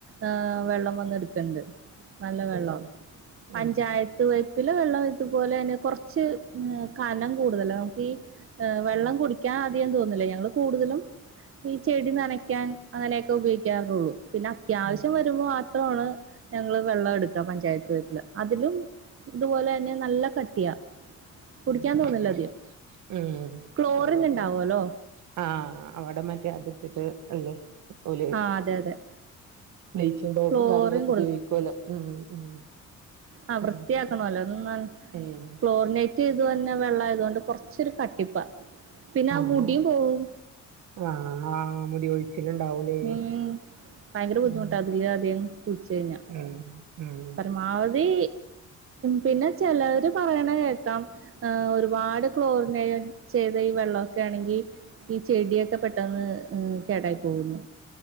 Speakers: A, on the right; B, on the right.
A: ഏഹ് വെള്ളം വന്ന് എടുക്കണ്ട് നല്ല
B: അതെല്ലേ
A: വെള്ളോ പഞ്ചായത്ത്‌
B: ഉം
A: പൈ പ്പിലെ വെള്ളം ഇതുപോലെ തന്നെ കുറച്ചു കനം കൂടുതലാ വെള്ളം
B: ആഹ്
A: കുടിക്കാൻ <unintelligible> കൂടുതലും ഈ ചെടി നനക്കാൻ അങ്ങനെ ഒക്കെ ഉപയോഗിക്കാറുള്ളു പിന്നെ അത്യാവശ്യം
B: ഞാൻ
A: വരുമ്പോ മ ത്രാണ് ഞങ്ങൾ വെള്ളം എടുക്കാ പഞ്ചായത്ത്‌ പൈപ്പിലെ അതിലും ഇതുപോലെ പിന്നെ നല്ല കട്ട്യാ കുടിക്കാൻ
B: ആഹ്
A: തോന്നില്ല അധികം
B: ഉം
A: ക്ലോറിൻ
B: അതുപോലെത്തെ
A: ഉണ്ടാവുമല്ലോ
B: ആ അവിടെ മറ്റേ അതിട്ട്ട്ട് അല്ലെ ഓല്
A: ആഹ് അതെ അതെ
B: ബ്ലിച്ചിങ് പൗഡറും
A: ക്ലോറിൻ
B: കാര്യങ്ങളൊക്കെ ഉപയോഗിക്കുവല്ലോ ഉം ഉം
A: ആ
B: അത്
A: വൃത്തി
B: ശരി
A: ആക്കണോല്ലോ ഇതൊന്ന്
B: ഉം
A: ക്ലോറിനെറ്റ് വെന്ന വെള്ളായത് കൊണ്ട് കൊറച്ചൊരു കട്ടിപ്പാ പിന്നെ
B: ആഹ്
A: മുടിയും പോവും
B: ആഹ് ആഹ് മുടി കൊഴിച്ചിലുണ്ടാവൂലേ
A: ഉം ഭയങ്കര ബുദ്ധിമുട്ട
B: ഉം
A: അതില് അധികം കുളിച്ച് കഴിഞ്ഞാ
B: ഉം ഉം
A: പരമാവധി പിന്നെ ചെലയൊര് പറയണ കേൾക്കാം ഏ ഒരുപാട് ക്ലോറിൻ ചെയ്ത വെള്ളൊക്കെ ആണെങ്കിൽ ഈ ചെടി ഒക്കെ പെട്ടെന്ന് കേടായി പോകുന്ന്